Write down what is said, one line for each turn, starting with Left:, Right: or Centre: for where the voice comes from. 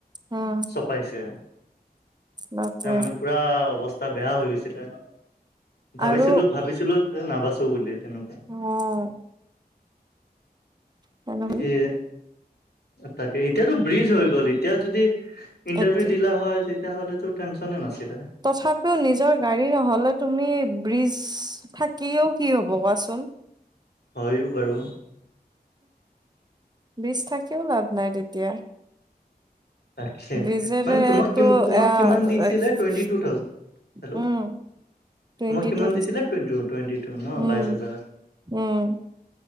Right: উম
Left: চপাইছে।
Right: বাপৰে
Left: তাৰ মানে পুৰা অৱস্থা বেয়া হৈ গৈছিলে। ভাবিছিলোঁ-
Right: আৰু
Left: ভাবিছিলোঁ নাবাচো বুলি। তেনেকুৱা
Right: অ'। তেনেকুৱা
Left: এ তাকে। এতিয়াতো ব্ৰিজ হৈ গ'ল। এতিয়া যদি ইন্টাৰভিউ
Right: এতিয়া
Left: দিলা হয়, তেতিয়া হ'লেতো টেনশনে নাছিল।
Right: তথা পিও নিজৰ গাড়ী নহ'লে, তুমি ব্ৰিজ থাকিও কি হ'ব কোৱাচোন?
Left: হয়ো বাৰু।
Right: বিশ থাকেও লাভ নাই তেতিয়া।
Left: তাকে
Right: <unintelligible>
Left: মানে তোমাক কি তোমাক কিমান দিছিলে টুৱেণ্টি টু থাউজেণ্ড হেল্ল'
Right: উম, টুৱেণ্টি
Left: তোমাক কিমান
Right: টু
Left: দিছিলে টুৱেণ্টি-টুৱেণ্টি টু ন'
Right: উম
Left: বাইশ হাজাৰ।
Right: উম